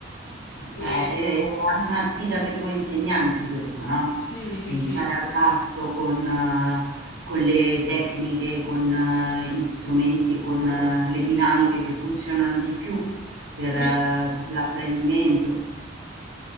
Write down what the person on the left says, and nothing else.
E...
Sì, sì,
sì.
Sì,